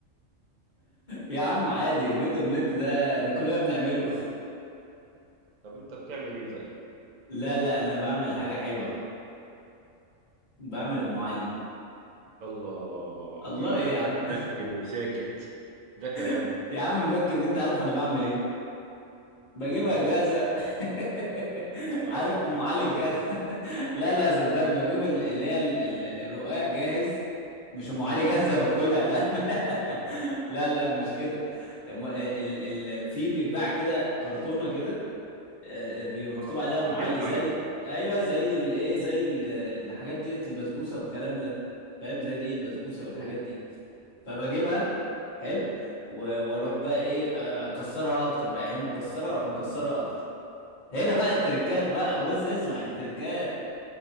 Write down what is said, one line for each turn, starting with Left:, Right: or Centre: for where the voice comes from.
Left: يا عم عادي البيض اومليت ده ده كلنا بنعمله
Right: طب انت بتعمل ايه طيب
Left: <laughs> لا لا انا بعمل حاجه حلوه بعمل ام علي
Right: الله
Left: الله
Right: يا راجل
Left: ايه يا عم
Right: مسكن وساكت ده كلام
Left: <laughs> يا عم مدكن انت عارف انا بعمل ايه بجيبها
Right: امم
Left: جاهزه <laughs>
Right: اه
Left: عارف
Right: انت
Left: ام علي
Right: بتهزر
Left: الجاهزه
Right: يعني
Left: <laughs> لا لا صدقني بجيب ال- اللي هي ال- ال- الرقاق جاهز مش ام
Right: امم
Left: علي جاهزه باكلها لا <laughs>
Right: اه
Left: لا لا مش كده أم- ال ال في بيتباع كده كرتونه كده آه، بيبقى مكتوب
Right: آه.
Left: عليها ام
Right: عرفنا
Left: علي زي
Right: عرفنا
Left: ايوه زي
Right: عرفنا
Left: الايه زي ال- الحاجات دي البسبوسه والكلام ده فاهم زي دي البسبوسه والحاجات
Right: مم.
Left: دي فبجيبها حلو و- واروح بقى ايه أ- اكسرها اكتر بقى يعني هي مكسره اروح مكسرها اكتر هنا بقى التركات بقى بص اسمع التركات